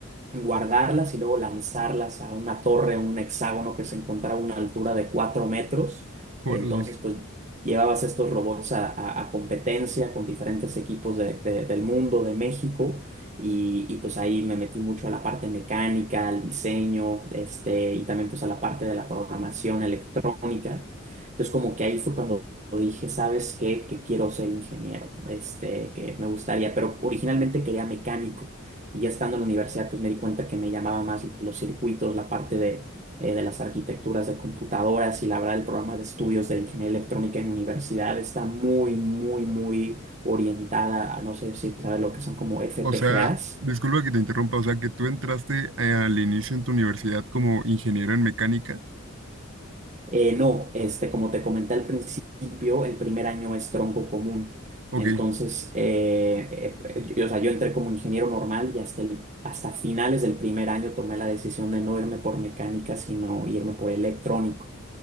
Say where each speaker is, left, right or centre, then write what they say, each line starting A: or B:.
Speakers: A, on the right; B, on the right.
A: guardarlas y luego lanzarlas a una torre, un hexágono que se encontraba a una altura de cuatro metros.
B: órale.
A: Entonces, pues llevabas estos robots a, a- a competencia con diferentes equipos de- de- del mundo, de México, y, y, pues ahí me metí mucho a la parte mecánica, al diseño, este, y también pues a la parte de la programación electrónica. Entonces, como que ahí fue cuando... Dije, ¿sabes qué? Que quiero ser ingeniero, este, que me gustaría, pero originalmente quería mecánico. Y ya estando en la universidad, pues me di cuenta que me llamaba más los circuitos, la parte de, eh, de las arquitecturas de computadoras y la verdad el programa de estudios de ingeniería electrónica en la universidad está muy, muy, muy orientada a, no sé si sabes lo que son como FPGAs.
B: O sea, disculpa que te interrumpa, o sea, que tú entraste eh, al inicio en tu universidad como ingeniero en mecánica.
A: Eh, no, este, como te comenté al principio, el primer año es tronco común.
B: Ok.
A: Entonces, eh, eh, yo, o sea, yo entré como ingeniero normal y hasta, el- hasta finales del primer año tomé la decisión de no irme por mecánica, sino irme por electrónico